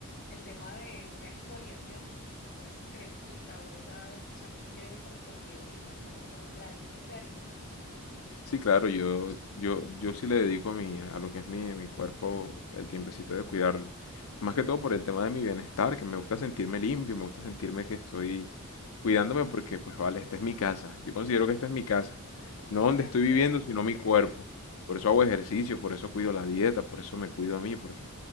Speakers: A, on the left; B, on the left.
A: el tema de una exfoliación, que como es cremita o esas champús que vienen como con piedritas, como con granitos de arenita,
B: Sí,
A: uy,
B: claro,
A: eso es súper
B: yo,
A: chévere,
B: yo, yo sí le dedico a mi, a lo que es mi, mi cuerpo el tiempecito de cuidarlo. Más que todo por el tema de mi bienestar, que me gusta sentirme limpio, me gusta sentirme que estoy cuidándome porque, pues vale, esta es mi casa. Yo considero que esta es mi casa. No donde
A: de acuerdo.
B: estoy viviendo, sino mi cuerpo. Por eso hago ejercicio, por eso cuido la dieta, por eso me cuido a mí, porque